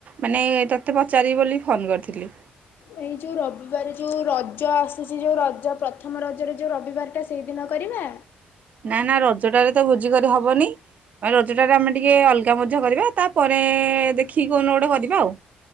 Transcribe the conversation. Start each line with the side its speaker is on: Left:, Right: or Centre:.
Right: ମାନେ ମତେ ପଚାରି ବୋଲି ଫୋନ କରିଥିଲି।
Left: ଏଇ ଯୋଉ ରବିବାର ଯୋଉ ରଜ ଆସୁଛି ଯୋଉ ରଜ ପ୍ରଥମ ରଜରେ ଯୋଉ ରବିବାର ଟା ସେଇଦିନ କରିବା।
Right: ନା ନା ରଜ ଟାରେ ତ ଭୋଜି କରି ହବନି ରଜ ଟାରେ ଆମେ ଟିକେ ଅଲଗା ମଧ୍ୟ କରିବା ତାପରେ ଦେଖିକି କହୁନୁ ଗୋଟେ କରିବା ଆଉ।